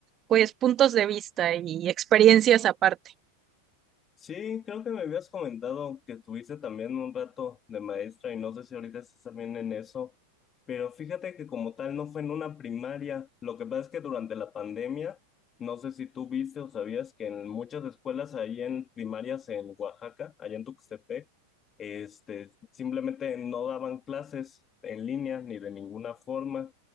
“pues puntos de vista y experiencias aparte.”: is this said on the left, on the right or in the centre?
Right